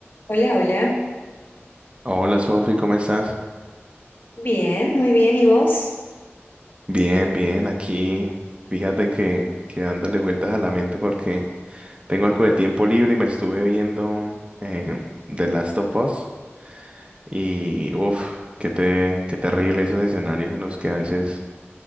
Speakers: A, on the left (about 50°); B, on the right (about 25°).
A: Hola, hola.
B: Hola Sofi, ¿cómo estás?
A: Bien, muy bien. ¿Y vos?
B: Bien, bien, aquí fíjate que, que dándole vueltas a la mente porque tengo algo de tiempo libre y me estuve viendo eh, The Last of Us y uff, qué te, qué terrible esos escenarios en los que a veces